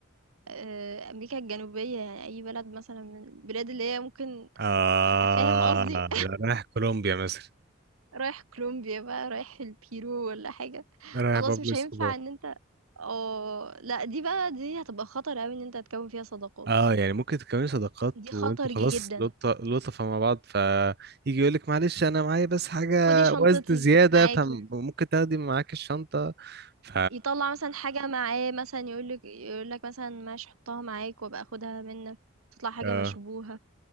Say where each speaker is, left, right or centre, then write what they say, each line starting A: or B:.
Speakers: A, on the right; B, on the right.
A: آآ، أمريكا الجنوبية يعني أي بلد مثلًا من البلاد اللي هي ممكن
B: آه
A: أ فاهم قصدي؟ <laughs> آه.
B: لا رايح كولومبيا مثلا
A: رايح كولومبيا بقى رايح البيرو ولا حاجة
B: رايح
A: خلاص
B: بابلو
A: مش
B: اسكوبار
A: هينفع ان انت اه لا دي بقى دي هتبقى خطر اوي ان انت تكون فيها صداقات
B: اه يعني ممكن تكوني صداقات
A: دي
B: وانتوا
A: خطر
B: خلاص
A: جدا
B: لطف لطفة مع بعض فيجي يقول لك معلش انا معايا بس حاجة
A: خدي شنطتي
B: وزن زيادة
A: معاكي
B: فممكن تاخدي معاك الشنطة ف
A: يطلع مثلا حاجة معاه مثلا يقولك يقولك مثلا ماشي حطها معاك وابقى اخدها منك تطلع حاجة
B: اه
A: مشبوهة